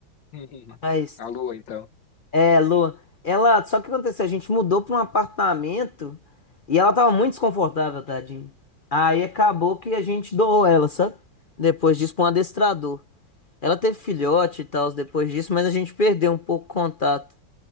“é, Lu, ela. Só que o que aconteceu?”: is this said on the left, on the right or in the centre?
Left